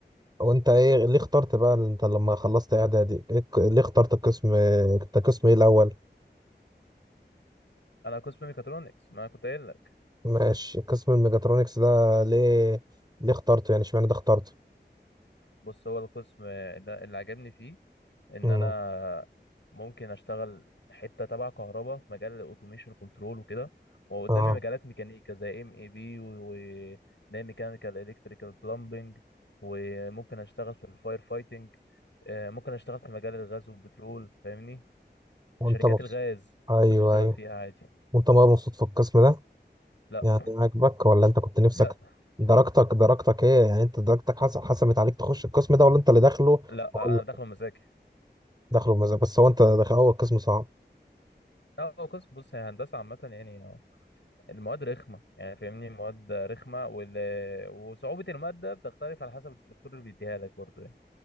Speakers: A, on the right; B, on the left.
A: وانت ايه ليه اخترت بقى انت لما خلصت اعدادي ايه ك- ليه اخترت القسم انت قسم ايه الاول
B: انا قسم ميكاترونكس ما أنا كنت قايل لك.
A: ماشي قسم الميجاترونكس ده ليه ليه اخترته يعني اشمعنى ده اخترته
B: بص هو القسم ده اللي عجبني فيه ان
A: امم
B: انا ممكن اشتغل حته تبع كهرباء في مجال الاوتوميشن كنترول وكده وقدامي
A: اه
B: مجالات ميكانيكا زي ام اي بي وده ميكانيكال الكتريكال بلمبنج وممكن اشتغل في الفاير فايتنج آه، ممكن اشتغل في مجال الغاز والبترول فاهمني
A: وانت
B: شركات
A: مبسوط
B: الغاز
A: ايوه
B: ممكن تشتغل
A: ايوه
B: فيها عادي
A: وانت بقى مبسوط في القسم ده
B: لا
A: يعني عاجبك ولا انت كنت نفسك
B: <laughs> لا
A: درجتك درجتك ايه يعني انت درجتك حس- حسمت عليك تخش القسم ده ولا انت اللي داخله
B: لا
A: ولا
B: انا داخله مزاجي
A: داخله بمزاج بس هو انت داخل هو القسم صعب
B: لا هو قسم بص هي هندسه عامه يعني المواد رخمة يعني فاهمني مواد رخمة وال... وصعوبة المادة بتختلف على حسب الدكتور اللي بيديها لك برضو يعني